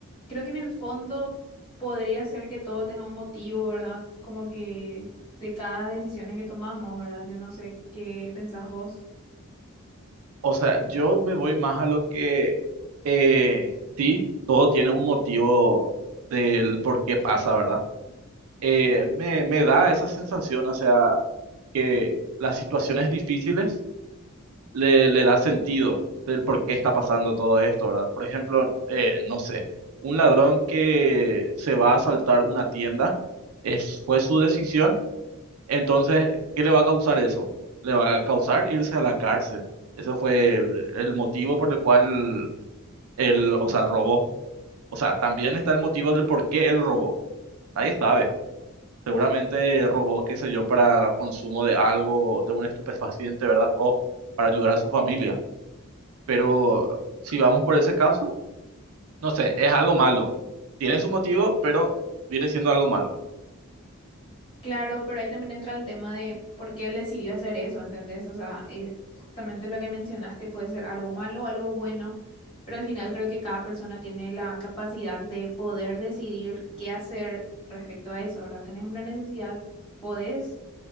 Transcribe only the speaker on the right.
O sea, yo me voy más a lo que eh, sí, todo tiene un motivo del por qué pasa, ¿verdad? Eh, me, me da esa sensación, o sea, que las situaciones difíciles le, le da sentido del por qué está pasando todo esto, ¿verdad? Por ejemplo, eh, no sé, un ladrón que se va a asaltar una tienda, es, fue su decisión Entonces, ¿qué le va a causar eso? Le va a causar irse a la cárcel. Ese fue el motivo por el cual él, o sea, robó. O sea, también está el motivo del por qué él robó. Nadie sabe. Seguramente robó, qué sé yo, para consumo de algo, de un estupefaciente, ¿verdad? O para ayudar a su familia. Pero si vamos por ese caso, no sé, es algo malo. Tiene su motivo, pero viene siendo algo malo.